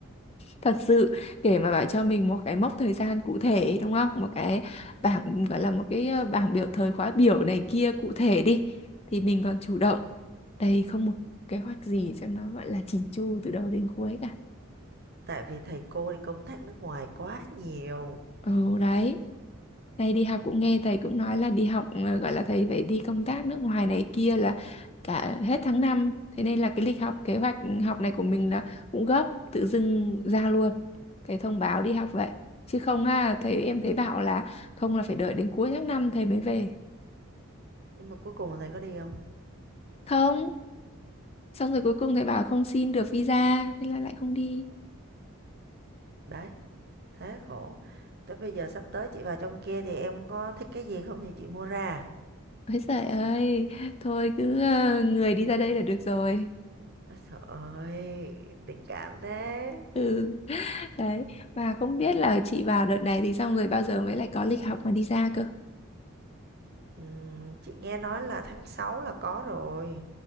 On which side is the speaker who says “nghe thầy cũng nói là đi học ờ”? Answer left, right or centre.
Left